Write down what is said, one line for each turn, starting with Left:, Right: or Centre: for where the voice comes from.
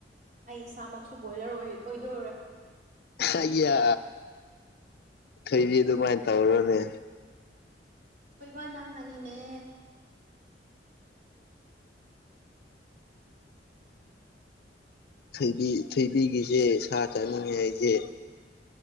Right: ꯑꯩ ꯏꯁꯥꯃꯛꯁꯨ ꯕꯣꯏꯂꯔ ꯑꯣꯏꯗꯣꯏꯔꯦ
Left: ꯑꯩ ꯑ ꯊꯣꯏꯕꯤ ꯑꯗꯨꯃꯥꯏꯅ ꯇꯧꯔꯣꯅꯦ
Right: ꯊꯣꯏꯕ ꯅꯪꯅꯅꯤꯅꯦ
Left: ꯊꯕꯤ ꯊꯣꯏꯕꯤꯒꯤꯁꯦ ꯁꯥ ꯆꯥꯅꯤꯡꯉꯦ ꯍꯥꯏꯁꯦ